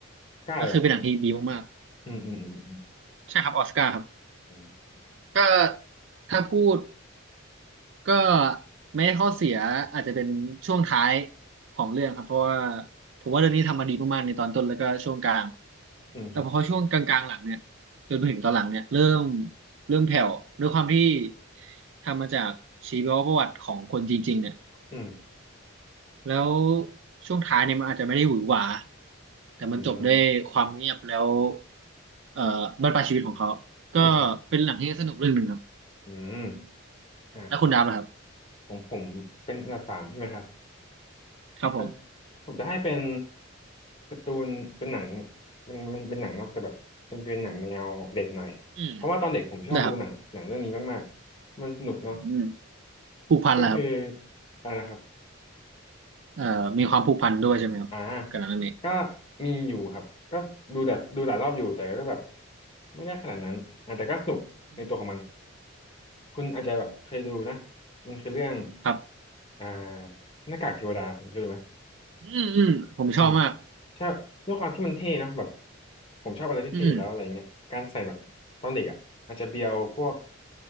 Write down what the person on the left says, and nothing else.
เก้าเหรอครับ
อืมอืมอืม
อืมอ่า
อืมครับ
อืม
อืม
อ่าครับ
อืมอ่า
ผมผมเป็นอันดับสามใช่ไหมครับ
อ่าผมจะให้เป็นการ์ตูนเป็นหนังมันมันเป็นหนังเนาะแต่แบบเป็นเป็นหนังแนวเด็กหน่อยเพราะว่าตอนเด็กผมชอบดูหนังหนังเรื่องนี้มากๆมันสนุกเนาะ
ก็คืออะไรนะครับ
อ่าก็มีอยู่ครับก็ดูแต่ดูหลายรอบอยู่แต่ก็แบบไม่ได้ขนาดนั้นอ่าแต่ก็สนุกในตัวของมัน
คุณอาจจะแบบเคยดูนะมันคือเรื่อง
อ่าหน้ากากเทวดาคุณเคยดูไหม
อืมใช่ด้วยความที่มันเท่นะแบบผมชอบอะไรที่เท่อยู่แล้วอะไรเงี้ยการใส่แบบตอนเด็กอ่ะอาจจะเบียวพวก